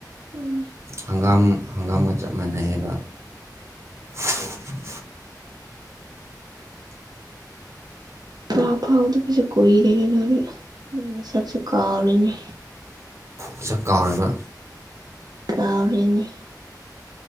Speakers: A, on the right; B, on the right.
A: ꯍꯣꯏꯅꯦ
B: ꯍꯪꯒꯥꯝ ꯍꯪꯒꯥꯝꯒ ꯆꯞ ꯃꯥꯟꯅꯩꯑꯕ <inaudible>
A: ꯄꯥꯎ ꯐꯥꯎꯗꯕꯁꯨ ꯀꯨꯏꯔꯦꯍꯦ ꯅꯣꯏꯗꯤ ꯅꯣꯏ ꯅꯁꯛꯁꯨ ꯀꯥꯎꯔꯤꯅꯦ
B: ꯁꯛ ꯀꯥꯎꯔꯕ
A: ꯀꯥꯎꯔꯦꯅꯤ